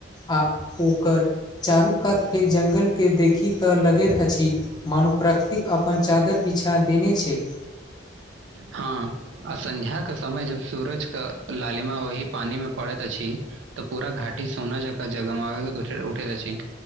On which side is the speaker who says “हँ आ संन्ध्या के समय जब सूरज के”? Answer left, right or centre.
Right